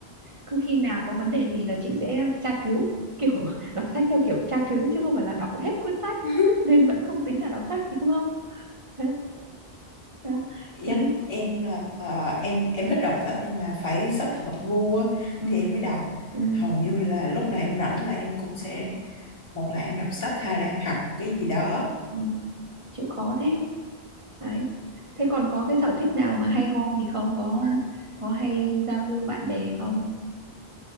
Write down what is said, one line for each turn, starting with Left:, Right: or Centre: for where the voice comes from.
Right: cứ khi nào có vấn đề gì là chị sẽ tra cứu <laughs> kiểu đọc sách theo kiểu tra cứu chứ không phải là đọc hết cuốn sách
Left: <laughs>
Right: nên vẫn không tính là đọc sách đúng không thế à,
Left: giống
Right: thế
Left: em là à, em em thích đọc sách nhưng mà phải sách hợp gu á,
Right: ừ,
Left: thì em mới đọc
Right: ừ,
Left: hầu như là lúc nào em rảnh là em cũng sẽ một là em đọc sách hai là em học một cái gì đó
Right: ừ, chịu khó thế đấy thế còn có cái sở thích nào mà hay ho gì không có có hay giao lưu bạn bè không